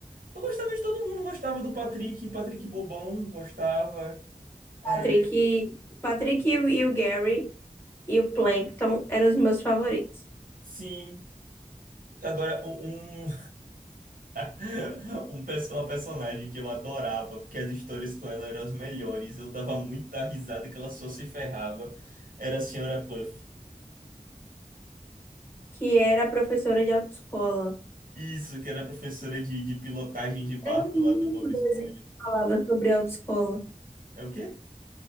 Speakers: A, on the right (about 90°); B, on the left (about 15°).
A: Eu gostava de todo mundo. Gostava do Patrick, Patrick Bobão, gostava. é,
B: o Patrick, Patrick e o e o Gary e o Plankton eram os meus favoritos,
A: Sim. Agora, um. Um, <laughs> um perso- uma personagem que eu adorava, porque as histórias com ela eram as melhores. Eu dava muita risada que ela só se ferrava. Era a Senhora Puff.
B: que era a professora de autoescola.
A: Isso, que era professora de, de pilotagem de barco
B: Era o único
A: lá do Bob
B: desenho
A: Esponja.
B: que falava sobre autoescola.
A: É o quê?